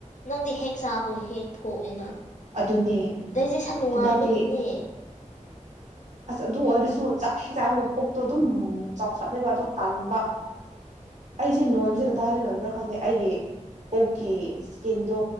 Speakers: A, on the left (about 70°); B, on the right (about 65°).
A: ꯅꯪꯗꯤ ꯍꯦꯛ ꯁꯥꯕꯨꯨ ꯍꯦꯡ ꯊꯣꯛꯑꯦꯅ
B: ꯑꯗꯨꯅꯦ
A: ꯗꯩꯖꯦꯁꯟ ꯅꯨꯡꯉꯥꯏꯕꯒꯤꯅꯦ
B: ꯍꯟꯗꯛꯇꯤ ꯑꯁ ꯑꯗꯨ ꯑꯣꯏꯔꯁꯨ ꯆꯥꯛ ꯍꯩ ꯆꯥꯕꯒ ꯄꯨꯛꯇꯣ ꯑꯗꯨꯝ ꯆꯥꯎꯈꯠꯂꯦꯕ ꯑꯗꯣ ꯇꯟꯕ ꯑꯩꯁꯦ ꯅꯣꯏꯕꯁꯦ ꯀꯗꯥꯏꯗ ꯅꯣꯏꯕ꯭ꯔꯥ ꯀꯥꯟꯗ ꯑꯩꯒꯤ ꯄꯨꯛꯀꯤ ꯏꯁꯀꯤꯟꯗꯣ